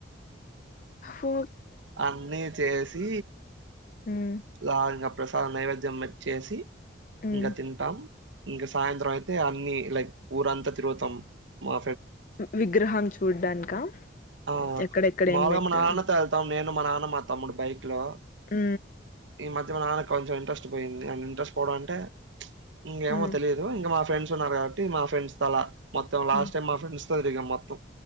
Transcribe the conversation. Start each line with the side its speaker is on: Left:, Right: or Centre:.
Left: ఓ
Right: అన్నీ చేసి
Left: మ్మ్
Right: లా ప్రసాదం నైవేద్యం చేసి
Left: మ్మ్
Right: ఇంకా తింటాం. ఇంకా సాయంత్రం అయితే అన్ని లైక్ ఊరంతా తిరుగుతాం మా
Left: విగ్రహం చూడ్డానికా
Right: ఆ
Left: ఎక్కడెక్కడ
Right: మాగామ్మ
Left: ఏం పెట్టారు
Right: నాన్న త నేను మా నాన్న మా తమ్ముడు బైక్ లో
Left: హ
Right: ఈ మధ్య మా నాన్నకు కొంచెం ఇంట్రెస్ట్ పోయింది ఇంట్రెస్ట్ పోవడం అంటే ఇంకేమో
Left: మ్మ్
Right: తెలియదు ఇంకా ఏమో తెలియదు మా ఫ్రెండ్స్ ఉన్నారు కాబట్టి మా ఫ్రెండ్స్ తల మొత్తం లాస్ట్
Left: మ్మ్
Right: టైమ్ మా ఫ్రెండ్స్ తో తిరిగాం మొత్తం.